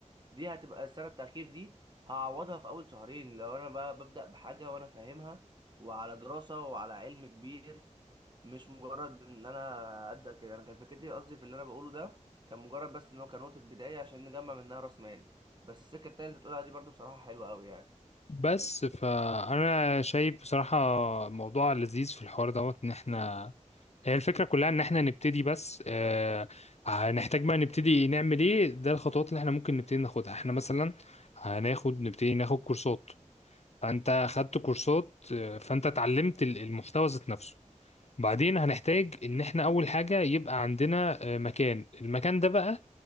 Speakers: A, on the right; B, on the left.
A: دي هتبقى السنه التاخير دي هعوضها في اول شهرين لو انا بقى ببدا بحاجه وانا فاهمها وعلى دراسه وعلى علم كبير مش مجرد ان انا ابدا كده انا كانت فكرتي قصدي في اللي انا بقوله ده كان مجرد بس ان هو كان نقطه بدايه عشان نجمع منها راس مال بس السكه التانيه اللي بتقولها دي برضو بصراحه حلوه قوي يعني
B: بس فانا شايف بصراحه موضوع لذيذ في الحوار دوت ان احنا هي الفكره كلها ان احنا نبتدي بس آه هنحتاج بقى نبتدي نعمل ايه ده الخطوات اللي احنا ممكن نبتدي ناخدها احنا مثلا هناخد نبتدي ناخد كورسات فانت خدت كورسات آه، فانت اتعلمت ال- المحتوى ذات نفسه بعدين هنحتاج ان احنا اول حاجه يبقى عندنا آه، مكان المكان ده بقى